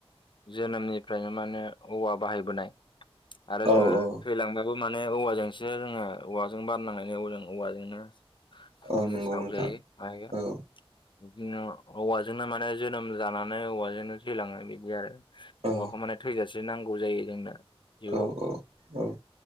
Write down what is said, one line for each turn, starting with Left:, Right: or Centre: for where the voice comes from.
Left: जोनोमनिफ्रायनो माने औवा बाहायबोनाय आरो
Right: औ
Left: जोङो
Right: औ
Left: थैलांगबानो बो माने औवाजोंसो जोङो औवाजों बारनांनो औाजों औवाजोंनो
Right: औ
Left: बि
Right: नंगौ
Left: साव
Right: नोंथां
Left: जायो मायो
Right: औ
Left: बिदिनो औवाजोंनो माने जोनोम जानानै औवाजोंनो थैलाङो बिदि आरो
Right: औ
Left: हौवाखौ माने थैजासे नांगौ जायो जोंनो जिउआव
Right: औ औ औ